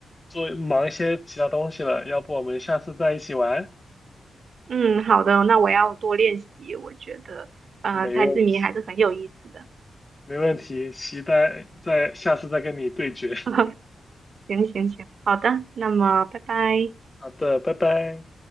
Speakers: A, on the left; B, on the right.
A: 做忙一些其他东西了，要不我们下次再一起玩？
B: 嗯，好的，那我要多练习。我觉得，呃，
A: 没问题，
B: 猜字谜还是很有意思的。
A: 没问题，期待在下次再跟你对决。
B: <laughs> 行行行，好的，那么拜拜。
A: 好的，拜拜。